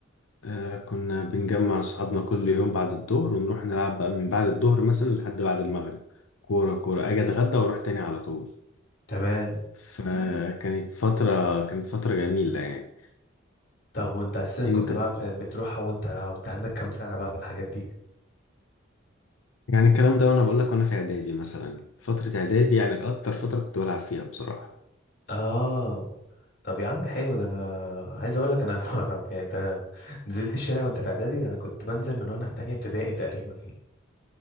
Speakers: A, on the left (about 85°); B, on the left (about 50°).
A: آه، كنا بنجمع اصحابنا كل يوم بعد الظهر ونروح نلعب بقى من بعد الظهر مثلا لحد بعد المغرب كوره كوره اجي اتغدى واروح تاني على طول
B: تمام
A: فكانت فتره كانت فتره جميله يعني
B: طب وانت اساسا كنت
A: انت
B: بقى في- بتروحها وانت وانت عندك كام سنه بقى في الحاجات دي
A: يعني الكلام ده وانا بقول لك وانا في اعدادي مثلا فتره اعدادي يعني اكتر فتره كنت بلعب فيها بصراحه
B: اه طب يا عم حلو ده انا عايز اقول لك انا <laughs> انا يعني انت نزلت الشارع وانت في اعدادي ده انا كنت بنزل من وانا في تانية ابتدائي تقريبا